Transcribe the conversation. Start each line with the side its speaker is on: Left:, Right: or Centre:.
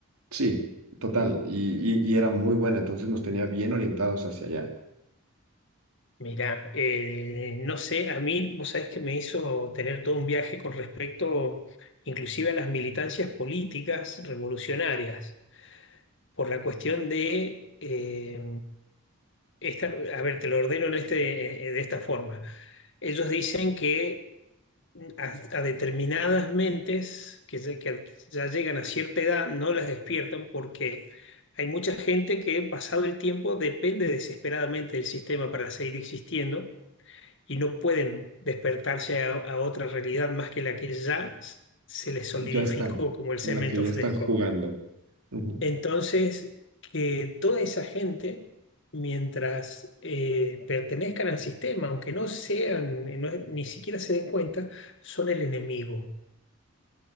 Right: Sí, total. Y, y, y era muy buena, entonces nos tenía bien orientados hacia allá.
Left: Mirá, eh, no sé, a mí vos sabés que me hizo tener todo un viaje con respecto inclusive a las militancias políticas revolucionarias, por la cuestión de, eh, esta, a ver, te lo ordeno en este, eh, de esta forma. Ellos dicen que a, a determinadas mentes que, se- que ya llegan a cierta edad no las despiertan porque hay mucha gente que pasado el tiempo depende desesperadamente del sistema para seguir existiendo y no pueden despertarse a, a otra realidad más que la que ya s- se les solidificó
Right: Ya están,
Left: como el cemento
Right: en la que ya
Left: fresco.
Right: están jugando. Ujú.
Left: Entonces, que toda esa gente, mientras eh, pertenezcan al sistema, aunque no sean, eh, no es- ni siquiera se den cuenta, son el enemigo.